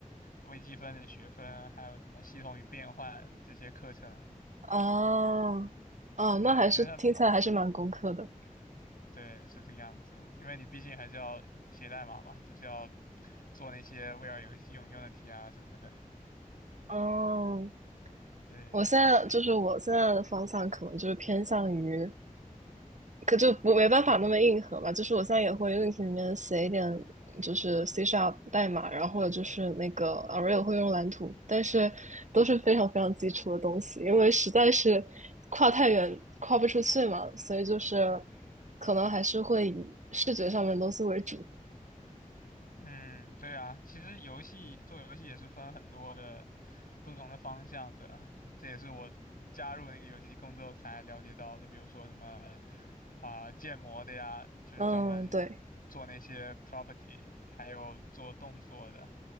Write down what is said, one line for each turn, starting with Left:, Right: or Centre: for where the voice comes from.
Left: 微积分的学分，还有什么系统与变换这些课程。
Right: 啊啊，
Left: 对，
Right: 那还是听起来还是蛮工科的。
Left: 因为它对是这个样子，因为你毕竟还是要写代码嘛，就是要做那些 VR 游戏用用的题啊什么的。
Right: 嗯，
Left: 对，
Right: 我现在就是我现在的方向可能就是偏向于。可就不没办法那么硬核嘛，就是我现在也会 u 题里面写一点，就是 C Sharp 代码，然后或者就是那个 Unreal 会用蓝图，但是都是非常非常基础的东西，因为实在是跨太远，跨不出去嘛，所以就是可能还是会以视觉上面的东西为主。
Left: 嗯，对啊，其实游戏做游戏也是分很多的不同的方向的，这也是我加入那个游戏公司后才了解到的，比如说什么啊、建模的呀，就是专门做那些
Right: 嗯，对，
Left: property，还有做动作的